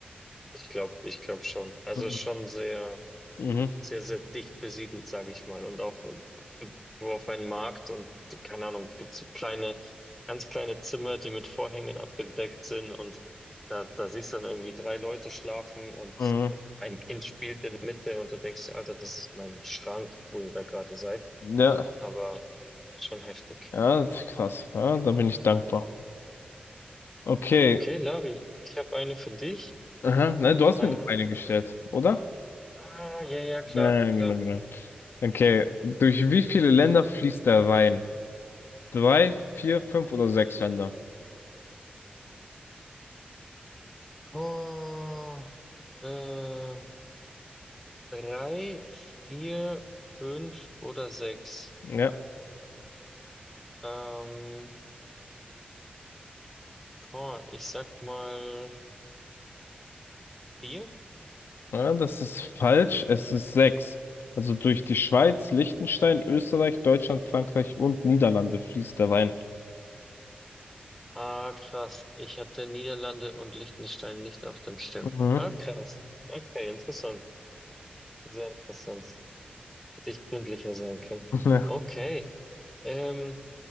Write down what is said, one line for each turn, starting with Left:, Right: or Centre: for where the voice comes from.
Centre: Ich glaube, ich glaube schon. Also
Left: Mhm.
Centre: schon sehr,
Left: Mhm.
Centre: sehr, sehr dicht besiedelt, sage ich mal. Und auch äh, du du auf einen Markt und keine Ahnung, es gibt so kleine, ganz kleine Zimmer, die mit Vorhängen abgedeckt sind und da, da siehst du dann irgendwie drei Leute schlafen und
Left: Mhm.
Centre: ein Kind spielt in der Mitte und du denkst, dir, Alter, das ist mein Schrank, wo ihr da gerade seid.
Left: Ja,
Centre: Aber schon heftig.
Left: ja, das ist krass. Ja, da bin ich dankbar. Okay.
Centre: Okay, Lavi, ich habe eine für dich.
Left: Aha. Nein, du hast
Centre: Ähm,
Left: mir doch eine gestellt, oder?
Centre: ah, ja, ja, klar,
Left: Ja,
Centre: klar.
Left: genau, genau. Okay. Durch wie viele Länder fließt der Rhein? Drei, vier, fünf oder sechs Länder?
Centre: Oh, äh, drei, vier, fünf oder sechs.
Left: Ja.
Centre: Ähm, boah, ich sag mal vier.
Left: Ja, das ist falsch. Es ist sechs. Also durch die Schweiz, Liechtenstein, Österreich, Deutschland, Frankreich und Niederlande fließt der Wein.
Centre: Ah, krass. Ich hatte Niederlande und Liechtenstein nicht auf dem Schirm.
Left: Mhm.
Centre: Ah, krass. Okay, interessant. Sehr interessant. Hätte ich gründlicher sein können.
Left: <laughs>
Centre: Okay. Ähm,